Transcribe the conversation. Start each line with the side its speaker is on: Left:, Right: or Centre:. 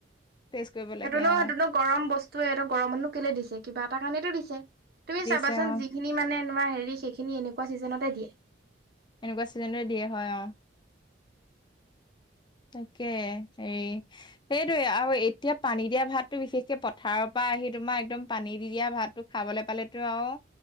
Left: টেষ্ট কৰিব
Right: সেইটো
Left: লাগে
Right: নো,
Left: অ'
Right: সেইটো নো, গৰম বস্তুৱে, সেইটো গৰমতনো কেলে দিছে? কিবা এটা কাৰণেটো দিছে তুমি
Left: দিছে
Right: চাবাচোন
Left: অ'
Right: যিখিনি মানে, তোমাৰ হেৰি, সেইখিনি এনেকুৱা ছিজনতে দিয়ে।
Left: এনেকুৱা ছিজনতে দিয়ে। হয়, অ'। তাকে হেৰি, সেইটোৱেই আৰু এতিয়া পানী দিয়া ভাতটো বিশেষকে পথাৰৰ পৰা আহি তোমাৰ, একদম পানী দি দিয়া ভাতটো খাবলৈ পালেতো আৰু